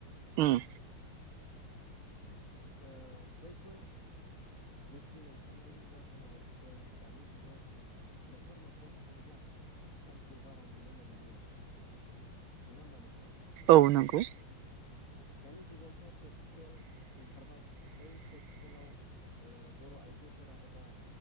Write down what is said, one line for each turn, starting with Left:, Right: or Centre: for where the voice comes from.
Right: उम
Left: ओ बैफोर मेसिन ओंखारनायनि जाहोनाव जों दानि जुगाव न'खर न'खर थाङोब्ला हिसानखौ बारा नुनो मोनलिया नङा होमबा नोंथां
Right: औ नंगौ
Left: दानि जुगावथ' टेक्सटाइल ओंखारबाय बै टेक्सटाइलाव बर' आइजोफोरा एबा